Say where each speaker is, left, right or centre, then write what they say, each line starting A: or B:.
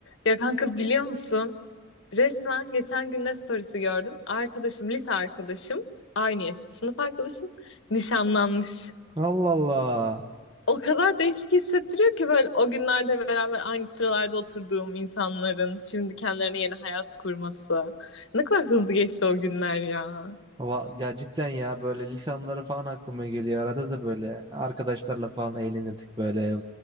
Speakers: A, on the left (about 65°); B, on the right (about 20°).
A: Ya kanka biliyor musun? Resmen geçen gün ne storiesi gördüm. Arkadaşım, lise arkadaşım, aynı yaşta sınıf arkadaşım nişanlanmış.
B: Allah Allah.
A: O kadar değişik hissettiriyor ki böyle o günlerde beraber aynı sıralarda oturduğum insanların şimdi kendilerine yeni hayat kurması. Ne kadar hızlı geçti o günler ya.
B: Va- Ya cidden ya böyle lisanları falan aklıma geliyor. Arada da böyle arkadaşlarla falan eğlenirdik böyle.